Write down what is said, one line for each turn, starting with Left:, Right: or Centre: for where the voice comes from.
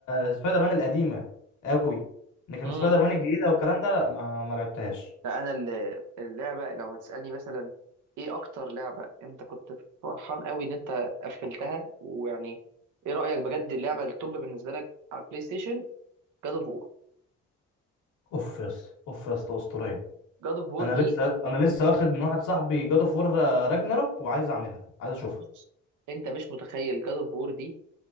Left: آه، سبايدر مان القديمه قوي لكن
Right: مم.
Left: سبايدر مان الجديده والكلام ده لا ما ما لعبتهاش
Right: لا انا ال- اللعبه لو هتسالني مثلا ايه اكتر لعبه انت كنت فرحان قوي ان انت قفلتها ويعني ايه رايك بجد اللعبه التوب بالنسبه لك على البلاي ستيشن جاد اوف وور
Left: اوف يا اسطى اوف يا اسطى اسطوريه
Right: جاد اوف وور
Left: انا
Right: دي
Left: لسه انا لسه واخد من واحد صاحبي جاد اوف وور راجناروك وعايز اعملها عايز اشوفها
Right: بص انت مش متخيل جاد اوف وور دي